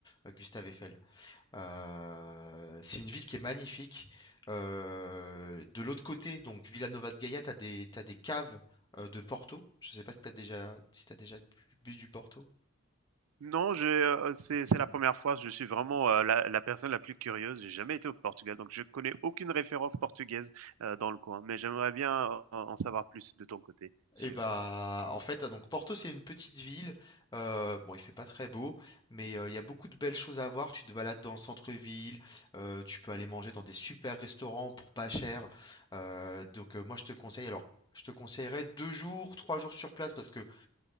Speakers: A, on the left (about 20°); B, on the right (about 80°).
A: euh, Gustave Eiffel. Euh, c'est une ville qui est magnifique. Euh, de l'autre côté, donc Villanova de Gaia, t'as des, t'as des caves euh, de Porto. Je sais pas si t'as déjà si t'as déjà bu bu du Porto.
B: Non, j'ai, heu, c'est c'est la première fois, je suis vraiment, heu, la la personne la plus curieuse, j'ai jamais été au Portugal, donc je connais aucune référence portugaise, heu, dans le coin, mais j'aimerais bien en en savoir plus de ton côté sur,
A: Et bah,
B: heu
A: en fait, donc Porto, c'est une petite ville. euh, bon, il fait pas très beau, mais euh, il y a beaucoup de belles choses à voir. Tu te balades dans le centre-ville, euh, tu peux aller manger dans des super restaurants pour pas cher. Euh, donc, euh, moi, je te conseille, alors, je te conseillerais deux jours, trois jours sur place parce que